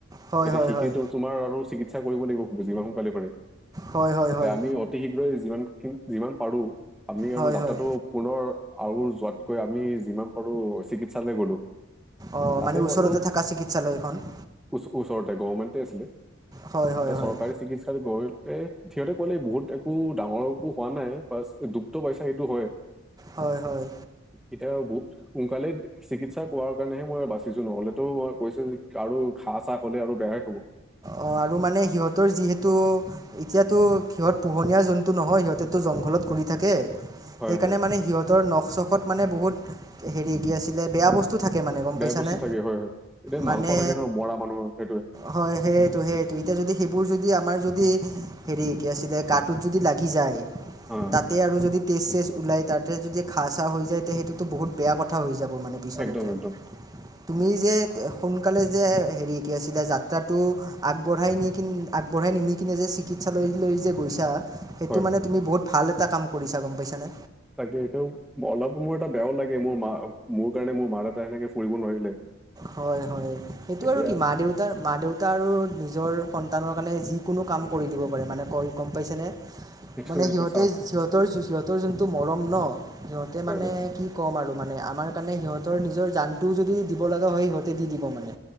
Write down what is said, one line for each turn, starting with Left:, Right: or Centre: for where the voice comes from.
Right: হয়
Centre: এতিয়া
Right: হয়
Centre: সেইখিনিতো
Right: হয়
Centre: তোমাৰ আৰু‌ চিকিৎসা কৰিব দিব যিমান সোনকালে পাৰে
Right: হয় হয়
Centre: তে
Right: হয়
Centre: আমি অতি শীঘ্ৰে যিমানখিনি যিমান পাৰোঁ আমি আৰু
Right: হয়
Centre: যাত্ৰাটো
Right: হয়
Centre: পুনৰ আহুজ তকৈ আমি যিমান পাৰোঁ চিকিৎসালৈ গ'লো।
Right: অহ,
Centre: তাতে
Right: মানে ওচৰতে
Centre: বাৰু
Right: থাকা চিকিৎসালয়খন।
Centre: ওচ ওচৰতে গভমেণ্টে আছিলে
Right: হয় হয়
Centre: এতিয়া
Right: হয়
Centre: চৰকাৰী চিকিৎসালয় <unintelligible> সিহঁতে ক'লে বহুত একো ডাঙৰ একো হোৱা নাই বাচ দুখটো পাইছা সেইটো হয়।
Right: হয় হয়
Centre: এতিয়া বহুত সোনকালে চিকিৎসা কোৱাৰ কাৰণেহে মই বাচিছো নহ'লেতো মই কৈছে যে আৰু ঘা- চাহ হলে আৰু বেয়াই হ'ব।
Right: অহ আৰু মানে সিহঁতৰ যিহেতু এতিয়াতো সিহঁত পোহনীয়া জন্তু নহয় সিহঁতেতো জংঘলত ঘুৰি থাকে ‍সেইকাৰণে
Centre: হয় হয়
Right: মানে সিহঁতৰ নখ ছশত মানে বহুত হেৰী কি আছিলে ‍বেয়া বস্তু থাকে মানে গম
Centre: বেয়া
Right: পাইছানে
Centre: বস্তু থাকে হয় -হয় এতিয়া
Right: মানে
Centre: মাংস থাকে ন' মৰা মানুহৰ সেইটোৱে
Right: হয় সেইটো এতিয়া যদি সেইবোৰ যদি আমাৰ যদি হেৰি কি আছিলে গাটোত যদি লাগি যায়
Centre: অ
Right: তাতে আৰু যদি তেজ-চেজ ওলাই তাতে যদি ঘাঁ চাহ হৈ যায় তেতিয়া সেইটোতো বহুত বেয়া কথা হৈ যাব মানে পিছলৈকে
Centre: একদম একদম
Right: তুমি যে সোনকালে যে হেৰি কি আছিলা যাত্ৰাটো আগবঢ়াই নি কিনি আগবঢ়াই নি নি কিনে যে চিকিৎসালয়লৈ যে গৈছা সেইটো
Centre: হয়
Right: মানে তুমি বহুত ভাল এটা কাম কৰিছা গম পাইছানে
Centre: তাকে এইটো অলপ মোৰ এটা বেয়াও লাগে মোৰ মা মোৰ কাৰণে মোৰ মা দেতা সেনেকে ফুৰিব নোৱাৰিলে।
Right: হয় হয় সেইটো
Centre: এতিয়া
Right: আৰু কি মা দেউতাৰ মা দেউতা আৰু নিজৰ সন্তানৰ কাৰণে যিকোনো কাম কৰি দিব পাৰে মানে ক গম পাইছানে
Centre: সেইটো
Right: মানে
Centre: এতিয়া
Right: সিহঁতে
Centre: চাওঁ
Right: সিহঁতৰ সিহঁতৰ যোনটো মৰম নহ সিহঁতে
Centre: হয়
Right: মানে
Centre: হয়
Right: কি ক'ম আৰু মানে আমাৰ কাৰণে সিহঁতৰ নিজৰ জানটোও যদি দিব লাগে সিহঁতে দি দিব মানে